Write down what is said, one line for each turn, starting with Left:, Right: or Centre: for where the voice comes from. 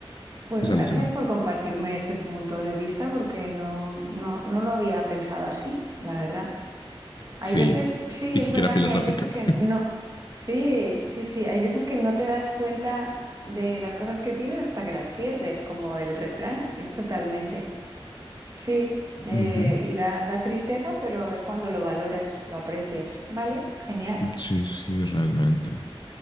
Right: Pues
Left: sea,
Right: gracias
Left: la segunda.
Right: por compartirme ese punto de vista, porque no, no, no lo había pensado así, la verdad. Hay
Left: Sí,
Right: veces, sí,
Left: dije
Right: es verdad
Left: que era filosófico.
Right: que hay veces que
Left: <laughs>
Right: no, sí, sí, sí, hay veces que no te das cuenta de las cosas que tienes hasta que las pierdes, como el refrán, es totalmente. Sí, eh,
Left: uh -huh.
Right: y da, da tristeza, pero es cuando lo valoras, lo aprecias. ¿Vale? Genial.
Left: Sí, sí, realmente.